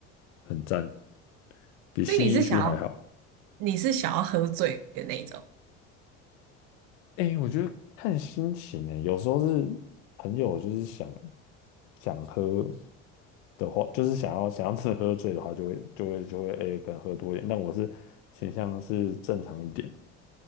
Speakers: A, on the left; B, on the right.
A: 很赞，比新一区还好。
B: 所以你是想要，你是想要喝醉的那一种。
A: 哎，我觉得看心情呢，有时候是朋友就是想想喝的话，就是想要想要真的喝醉的话就，会就会就会哎，可能喝多一点。但我是倾向是正常一点，